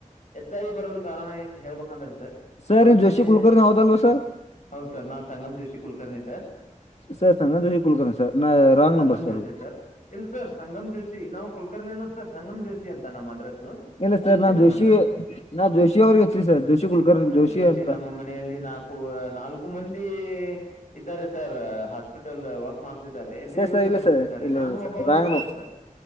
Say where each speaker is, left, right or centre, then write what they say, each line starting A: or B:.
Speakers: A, on the left (about 65°); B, on the left (about 50°).
A: ಎಚ್ಐ ಬರಲು ಕಾರಣ ಹೇಳ್ಬೇಕಂದ್ರೆ ಸ
B: ಸರ್
A: ಮನೋಜ
B: ನೀವು
A: ಶನಿ
B: ಜೋಶಿ ಕುಲಕರ್ಣಿ ಹೌದಲ್ವ ಸರ್
A: ಹೌದು ಸರ್ ನಾ Sangam Joshi Kulkarni sir
B: sir Sangam Joshi Kulkarni sir ನಾ
A: ಹ
B: ರಾಂಗ್
A: ಸಂಗಮ್
B: ನಂಬರ್
A: ಜೋಷಿ
B: ಅದು
A: ಸರ್ ಇಲ್ ಸರ್ ಸಂಗಮ್ ಜೋಷಿ ನಾವು ಕಲ್ ಅರ್ೇನ ಸರ್ ಸಂಗಮ ಜೋಶಿ ಅಂತ ನಮ್ಮ ಅಡ್ರೆಸ್
B: ಇಲ್ಲ
A: ಜೋಶ
B: ಸರ್ ನಾ
A: ನಮ್ಮ್ರ
B: ಜೋಶಿ
A: ಸರ್
B: ನಾ ಜೋಶಿ ಅವ್ರಿಗೆ ಹಚ್ಚಿ ಸರ್ ಜೋಶಿ ಕುಲಕರ್ಣಿ
A: ಹೌದ ಸರ್ ಜೋಶಿ
B: ಅಂತ
A: ನಮ್ಮ ಮನೆಯಲ್ಲಿ ನಾಲ್ಕು ನಾಲ್ಕು ಮಂದಿ ಇದ್ದಾರೆ ಸರ್ ಹಾಸ್ಪಿಟಲ್ ವರ್ಕ್ ಮಾಡ್ A B
B: sir
A: B S
B: sir
A: ಅನ್ನು
B: ಇಲ್ಲ
A: ಮುಗಿಸಿದ್ದಾರೆ
B: ಸರ್ ಇಲ್ಲ
A: ನಾನು
B: ಇಲ್ಲ ಸರ್
A: ಒಬ್ಬ ಅವರ
B: ರಾಂಗ್
A: ಬ್ರದರ್ ಸರ್